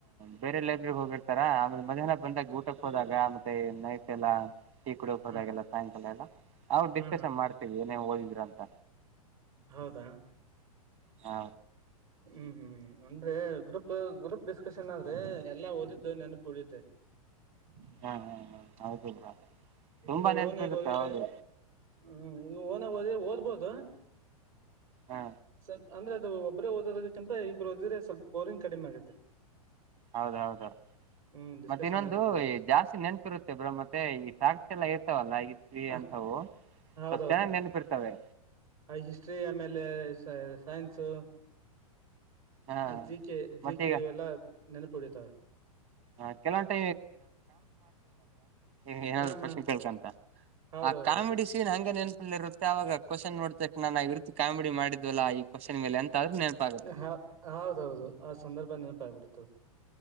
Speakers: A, on the right; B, on the right.
A: ಬೇರೆ ಲೈಬ್ರಗ್ ಹೋಗಿರ್ತಾರ ಆಮೇಲೆ ಮಧ್ಯಾಹ್ನ ಬಂದಾಗ ಊಟಕ್ಕೆ ಹೋದಾಗ ಮತ್ತೆ ನೈಟ್. ಎಲ್ಲ <inaudible> ಈ -ಕುಡಕ್ ಹದಾಗೆಲ್ಲ
B: ಹಾ
A: ಸಾಯಂಕಾಲ ಎಲ್ಲಾ ಅವ್ರು
B: ಹಾ
A: ಡಿಸ್ಕಶನ್
B: ಹಾ
A: ಮಾಡ್ತೇವಿ ಏನೇ ಓದಿದ್ರ ಅಂತ.
B: ಹೌದಾ
A: ಹ್
B: ಹ್ಮ್- ಹ್ಮ್ ಅಂದ್ರೆ ಗ್ರೂಪ್ ಗ್ರೂಪ್ ಡಿಸ್ಕಷನ್ ಆದ್ರೆ ಎಲ್ಲಾ ಓದಿದ್ದು ನೆನಪು ಉಳಿಯುತ್ತೆ. ಹ್ಮ <inaudible>
A: ಹ್ಮ್- ಹ್ಮ್ -ಹ್ಮ್- ಹೌದು ಬ್ರ ತುಂಬಾ
B: ಇದು
A: ನೆನಪಿರುತ್ತೆ.
B: ಓನ್ ಆಗಿ ಓದಿದ್ರೆ
A: ಹೌದು
B: ಹ್ಮ್- ಈ- ಓನಾಗಿ ಓದ್ಬೋದ್ರೇ ಓದುಬಹುದು.
A: ಹಾ
B: ಸರ್ ಅಂದ್ರೆ ಅದು ಒಬ್ಬ್ರ ಓದೋದಕ್ಕಿಂತ ಇಬ್ಬರು ಓದ್ದೀದ್ರೇ ಸ್ವಲ್ಪ ಬೋರಿಂಗ್ ಕಡಿಮೆ ಆಗುತ್ತೆ.
A: ಹೌದೌದು
B: ಹ್ಮ್ ಡಿಸ್ಕಷನ್
A: ಮತ್ತೆ ಇನ್ನೊಂದು
B: ಎಲ್ಲ ಮಾಡಿದ್ರೆ
A: ಜಾಸ್ತಿ ನೆನಪಿರುತ್ತೆ. <unintelligible> ಬ್ ಮತ್ತೆ ಈ ಸಾಕ್ತಿ ಎಲ್ಲ ಇರ್ತವಲ್ಲ ಈ ಸ್ತ್ರೀ
B: ಹ
A: ಅಂತವು
B: ಹೌದೌದು
A: ಸ್ವಲ್ಪ ಚೆನ್ನಾಗ್ ನೆನಪಿರ್ತವೆ.
B: ಹಿಸ್ಟ್ರಿ ನಮ್ಮಲ್ಲೇ ಸೈನ್ಸ್ ಸೊ
A: ಹಾ
B: ಜಿ ಕೆ ಜಿ
A: ಮತ್ತೀಗ
B: ಕೆ ಇವೆಲ್ಲ ನೆನಪು ಹೊಡಿತಾವೆ.
A: ಹ ಕೆಧಲವ್ <inaudible>
B: ಹಾ ಹಾ ಹೌದೌದೌದು
A: ಆ -ಕಾಮಿಡಿ ಸೀನ್ ಹಂಗ ನೆನಪಲ್ಲಿ ಇರುತ್ತೆ ಆ ಅವಾಗ ಕ್ವಶ್ನ್ ನೋಡ್ತಕ್ ನಾನನ್ ಇರುತ್ತ ಕಾಮಿಡಿ ಮಾಡಿದ್ವಲ್ಲಾ ಈ ಕ್ವ್ <unintelligible> ಮೇಲೆ ಅ ಆದ್ರೂ ನೆನಪಾಗತ್ತ ಅದು
B: ಹ ಹೌದೌದು ಆ ಸಂದರ್ಭ ನೆನಪಾಗಿ ಬಿಡ್ತುತದೆ.